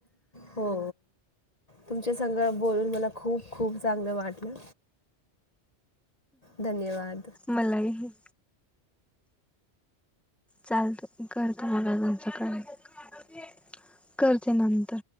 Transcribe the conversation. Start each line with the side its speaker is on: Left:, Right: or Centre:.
Left: हो तुमच्या संग बोलून मला खूप खूप चांगलं वाटलं. धन्यवाद.
Centre: मलाही. चालत. करते. मला दोन, चार काम आहे करते नंतर.